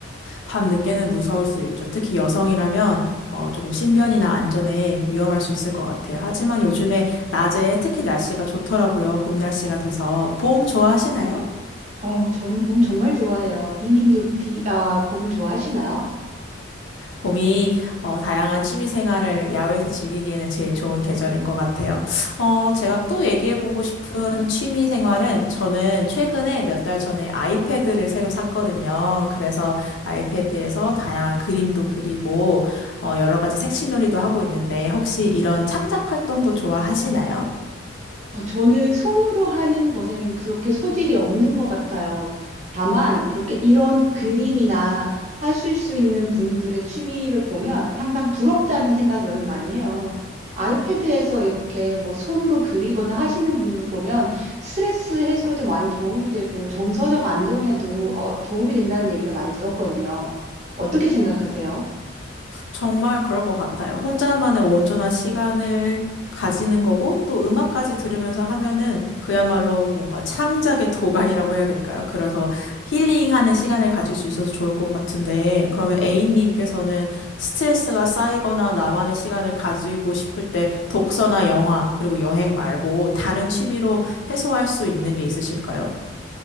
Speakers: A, on the left; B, on the right.
A: 밤늦게는 무서울 수 있죠. 특히 여성이라면 어, 조금 신변이나 안전에 위험할 수 있을 것 같아요. 하지만 요즘에 낮에 특히 날씨가 좋더라고요. 봄 날씨가 돼서. 봄 좋아하시나요?
B: 어, 저는 봄 정말 좋아해요. 비님도 비, 아, 봄을 좋아하시나요?
A: 봄이 어, 다양한 취미 생활을 야외에서 즐기기에는 제일 좋은 계절인 것 같아요. 어, 제가 또 얘기해보고 싶은 취미 생활은 저는 최근에 몇 달 전에 아이패드를 새로 샀거든요. 그래서 아이패드에서 다양한 그림도 그리고 어, 여러 가지 색칠놀이도 하고 있는데 혹시 이런 창작 활동도 좋아하시나요?
B: 어, 저는 손으로 하는 것에는 그렇게 소질이 없는 것 같아요. 다만, 이렇게 이런 그림이나 하실 수 있는 분들의 취미를 보면 항상 부럽다는 생각은 많이 해요. 아이패드에서 이렇게 뭐 손으로 그리거나 하시는 분들을 보면 스트레스 해소에도 많이 도움이 되고 정서적 안정에도 어, 도움이 된다는 얘기를 많이 들었거든요. 어떻게 생각하세요?
A: 정말 그럴 것 같아요. 혼자만의 온전한 시간을 가지는 거고, 또 음악까지 들으면서 하면은 그야말로 뭔가 창작의 도가니라고 해야 될까요? 그래서 힐링하는 시간을 가질 수 있어서 좋을 것 같은데, 그러면 A님께서는 스트레스가 쌓이거나 나만의 시간을 가지고 싶을 때 독서나 영화, 그리고 여행 말고 다른 취미로 해소할 수 있는 게 있으실까요?